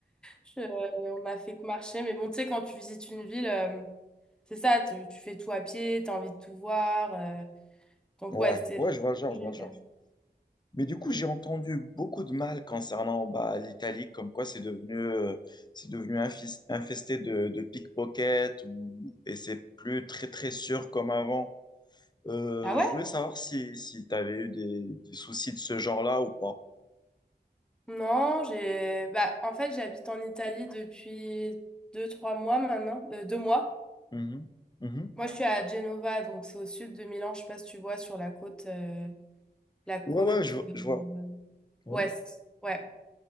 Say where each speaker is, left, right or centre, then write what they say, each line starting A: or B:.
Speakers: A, in the centre; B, on the left (about 25°).
A: Je- euh, on a fait que marcher. Mais bon, tu sais, quand tu visites une ville, euh, c'est ça, tu, tu fais tout à pied, tu as envie de tout voir. euh, donc,
B: ouais,
A: ouais, c'était
B: ouais, je vois le genre,
A: génial.
B: je vois le genre. Mais du coup, j'ai entendu beaucoup de mal concernant bah, l'Italie, comme quoi c'est devenu, euh, c'est devenu infis- infesté de, de pickpockets ou, et c'est plus très très sûr comme avant. Euh,
A: Ah ouais?
B: je voulais savoir si, si tu avais eu des, des soucis de ce genre-là ou pas.
A: Non, j'ai, bah, en fait, j'habite en Italie depuis deux, trois mois maintenant, euh, deux mois.
B: Mhm. Mhm.
A: Moi, je suis à Genova, donc c'est au sud de Milan. Je sais pas si tu vois sur la côte, euh, la côte
B: Ouais, ouais, je,
A: euh,
B: je vois. Ouais.
A: ouest. Ouais.